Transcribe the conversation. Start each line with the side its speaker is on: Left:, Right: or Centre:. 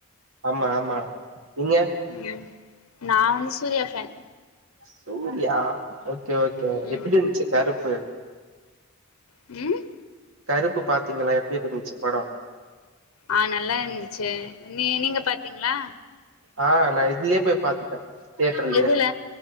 Right: ஆமா ஆமா நீங்க
Left: ம் நா வந்து Suriya fan
Right: Suriya okay okay
Left: ம் ம்
Right: எப்டி இருந்துச்சு கருப்பு
Left: ம்
Right: கருப்பு பாத்தீங்களா எப்டி இருந்துச்சு படம்
Left: ஆ நல்லா இருந்துச்சு நீ நீங்க பாத் தீங்களா
Right: ஆ நா இதுலயே போய் பாத்துட்டே தியேட்டர்லயே
Left: எதுல